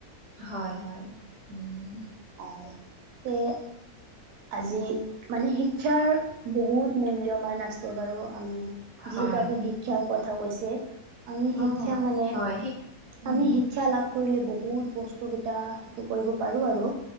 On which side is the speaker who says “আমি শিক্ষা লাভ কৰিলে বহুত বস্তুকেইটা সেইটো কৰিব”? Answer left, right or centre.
Right